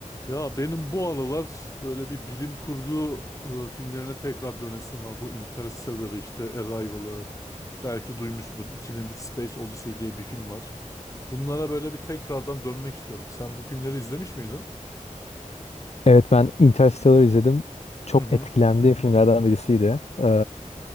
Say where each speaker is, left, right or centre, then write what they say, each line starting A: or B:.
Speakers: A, on the left; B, on the left.
A: Ya benim bu aralar böyle bir bilim kurgu e, filmlerine tekrar dönesim var. Bu Interstellar işte Arrival'ı belki duymuşsundur. 2001 Space Odyssey diye bir film var. Bunlara böyle bir tekrardan dönmek istiyorum. Sen bu filmleri izlemiş miydin?
B: Evet ben Interstellar izledim. Çok
A: Hı hı.
B: etkilendiğim filmlerden birisiydi. Ee,